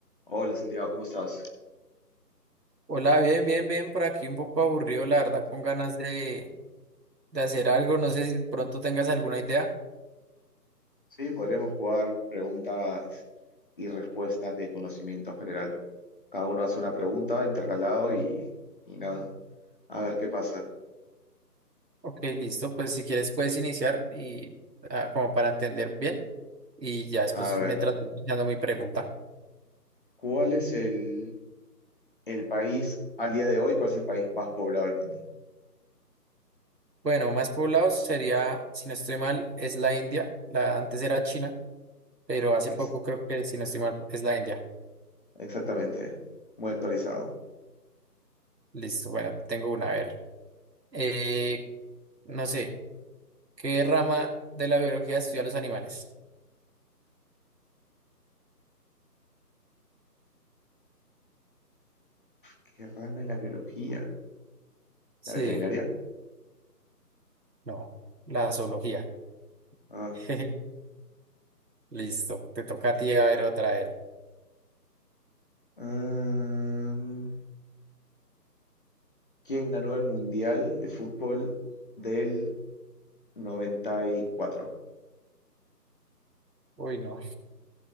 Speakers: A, on the left; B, on the right.
A: Hola Santiago, ¿cómo estás?
B: Hola, bien, bien, bien, por aquí un poco aburrido, la verdad, con ganas de, de hacer algo. No sé si pronto tengas alguna idea.
A: Sí, podríamos jugar preguntas y respuestas de conocimiento general. Cada uno hace una pregunta intercalado y, y nada. A ver qué pasa.
B: Ok, listo, pues si quieres puedes iniciar y ah, como para entender bien y ya después
A: A ver,
B: mientras voy pensando mi pregunta.
A: ¿cuál es el, el país al día de hoy? ¿Cuál es el país más poblado del mundo?
B: Bueno, más poblados sería, si no estoy mal, es la India. La, antes era China, pero hace
A: Ex-
B: poco creo que, si no estoy mal, es la India.
A: exactamente. Muy actualizado.
B: Listo, bueno, tengo una, a ver. Eh, no sé, ¿qué rama de la biología estudia los animales?
A: ¿Qué rama de la biología?
B: Sí,
A: ¿La veterinaria?
B: no, la zoología.
A: Ah,
B: <laughs> Listo, te toca a ti a ver otra vez.
A: mm, ¿quién ganó el Mundial de Fútbol del 94?
B: Uy, no,